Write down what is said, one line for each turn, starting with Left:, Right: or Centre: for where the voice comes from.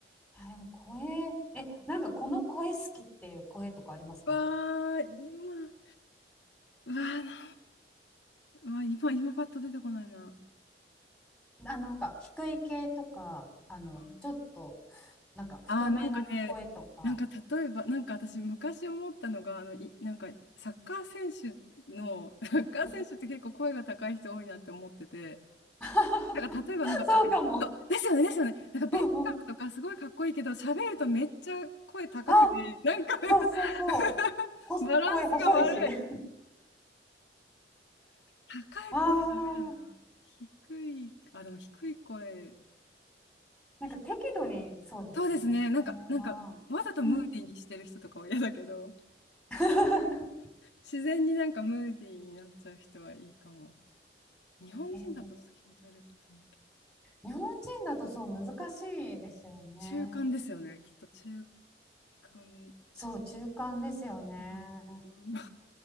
Centre: あでも声、え、なんかこの声好きっていう声とかありますか
Left: わあ、今、うわあ、な、うわあ、今、今パッと出てこないな。
Centre: あ、なんか低い系とか、あの、
Left: うん
Centre: ちょっと、なんか太めな声とか。
Left: ああ、なんかね、なんか例えば、なんか私昔思ったのが、あの、い、なんかサッカー選手の、<laughs> サッカー選手って結構声が高い人多いなって思ってて、
Centre: うん <laughs>
Left: なんか例えばなんか、
Centre: そうかも。
Left: ベッカですよね、ですよね。なんかベッカムとかすごいかっこいいけど、
Centre: うんうん。
Left: 喋るとめっちゃ声高くて、
Centre: あ、
Left: なんか
Centre: そうそうそう。
Left: <laughs>
Centre: ほ、
Left: バランスが悪い。
Centre: 声細いし。<laughs>
Left: 高い声はダメだな。
Centre: ああ、
Left: 低い、あ、でも低い声、
Centre: なんか適度にそうですよね。
Left: 低いそうですね、なんか、
Centre: 低めな。
Left: なんかわざとムーディーにしてる人とかは嫌だけど。
Centre: うん。<laughs>
Left: 自然になんかムーディーになっちゃう人はいいかも。日本人だとちょっと気持ち悪いかもしれないけど。
Centre: えー日本人だとそう難しいですよね。
Left: 中間ですよね、きっと中間。
Centre: そう、中間ですよね。
Left: うん。うん